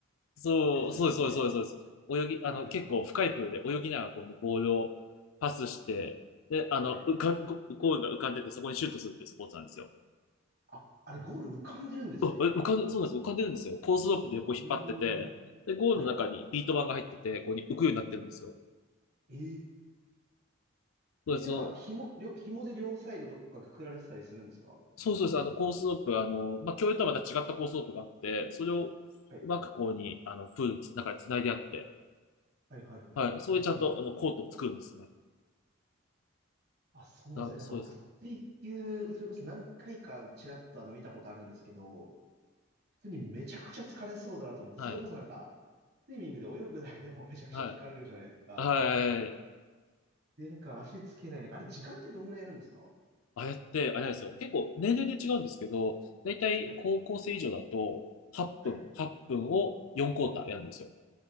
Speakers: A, on the left; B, on the right.
A: そう、
B: やつですかね。
A: そうです、そうです、そうです、そうです。泳ぎ、
B: はいはい。
A: あの、結構深いプールで泳ぎながらこうね、ボールをパスして、で、あの、
B: はい。
A: 浮か、ゴールが浮かんでて、そこにシュートするっていうスポーツなんですよ。
B: あ、あれゴール浮かんでるんですね。
A: うわえ浮かんで、そうなんです、浮かんでるんですよ。コースロープで横引っ張ってて、
B: ええ
A: で、ゴールの中にビート板が入ってて、
B: はい。
A: ここに浮くようになってるんですよ。
B: え
A: そうです、
B: ええ、なんか、紐、両、紐で両サイドとかくくられてたりするんですか
A: そうそうです。あの、コースロープ、あの、まあ、競泳とはまた違ったコースロープがあって、それをうまくこうに、
B: はい。
A: あの、プールの中に繋いであって、
B: はい、はい、はい、
A: はい。
B: はい。
A: それでちゃんと、
B: ええ
A: あの、コートを作るんですね。
B: あ、そうなんですね。
A: あ、そうです。
B: なんか僕、水球、それこそ何回かちらっとあの見たことあるんですけど、普通にめちゃくちゃ疲れそうだなと思って、
A: はい。
B: それこそなんか、スイミングで泳ぐだけでも <laughs> めちゃくちゃ疲れるじゃないですか。
A: はい。はい。
B: で、なんか足つけない。なんか、あれ、時間ってどんぐらいやるんですか
A: あれって、あれなんですよ。結構、年齢で違うんですけど、だいたい高校生以上だと、
B: はい、
A: 8分、
B: はい。
A: 8分を4クォーターやるんですよ。